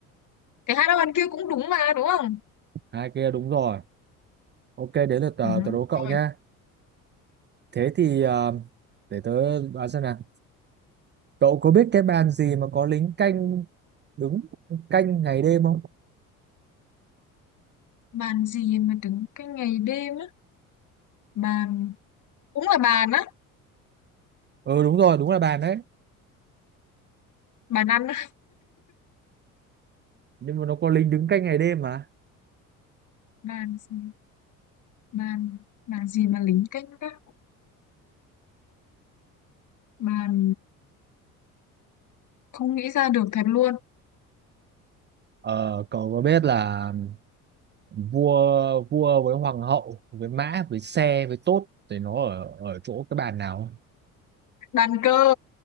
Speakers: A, on the left; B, on the right.
A: cái hát bàn kia cũng đúng mà đúng không
B: hai kia đúng rồi ok đến lượt tớ
A: ừ.
B: tớ đố cậu
A: rồi
B: nhá Thế thì ờ, để tớ đoán xem nào. Cậu có biết cái bàn gì mà có lính canh đứng canh ngày đêm không?
A: bàn gì mà đứng cái ngày đêm á bàn cũng là bàn á
B: Ừ đúng rồi, đúng là bàn đấy.
A: bàn ăn á
B: Nhưng mà nó có lính đứng canh ngày đêm mà.
A: bàn gì bàn bàn gì mà lính canh gác bàn không nghĩ ra được thật luôn
B: Ờ, cậu có biết là vua vua với hoàng hậu với mã với xe với tốt thì nó ở ở chỗ cái bàn nào không?
A: bàn cờ